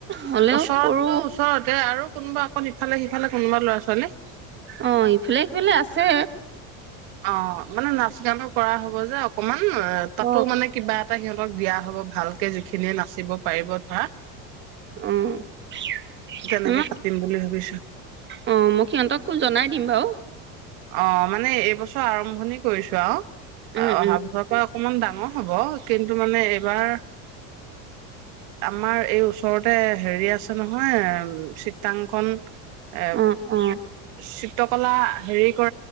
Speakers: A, on the right (about 30°); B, on the right (about 70°).
A: হ'লেও
B: ওচৰতো
A: সৰু
B: ওচৰতে আৰু কোনোবা অকণ সিফালে সিফালে কোনোবা ল'ৰা ছোৱালী
A: অ ইফালে সিফালে আছে
B: অ মানে নাচ গানো কৰা হ'ব যে কমান উ তাতো
A: অ
B: মানে কিবা এটা সিহঁত দিয়া হব ভাল যিখিনিয়ে নাচিব পাৰিব ধৰা
A: অই
B: তেনেকে পাতিম বুলি ভাবিছো
A: অ মই সিহঁতকো জনাই দিম বাৰু
B: অ মানে এইবছৰ আৰম্ভণি কৰিছো আৰু
A: উম
B: অ অহা
A: উম
B: বছৰ পৰা অকমান ডাঙৰ হব কিন্তু মানে যোবাৰ আমাৰ এই ওচৰতে হেৰি আছে নহয় চিত্ৰাংকন এ
A: অ অ
B: চিত্ৰকলা হেৰি অ